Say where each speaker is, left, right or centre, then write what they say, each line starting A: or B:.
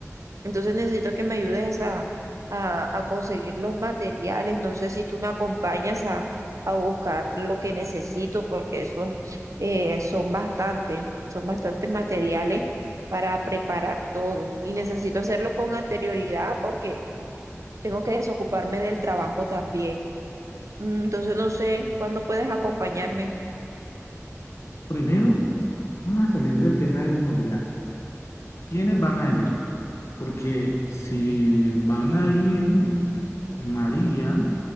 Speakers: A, on the right; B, on the left.
A: Entonces necesito que me ayudes a, a- a conseguir los materiales. No sé si tú me acompañas a, a buscar lo que necesito, porque eso eh, son bastantes, son bastantes materiales para preparar todo. Y necesito hacerlo con anterioridad porque tengo que desocuparme del trabajo también. Mm, Entonces no sé cuándo puedes acompañarme.
B: Primero, vamos a salir del tema de los materiales. ¿Quiénes van a ir? Porque si van a ir María,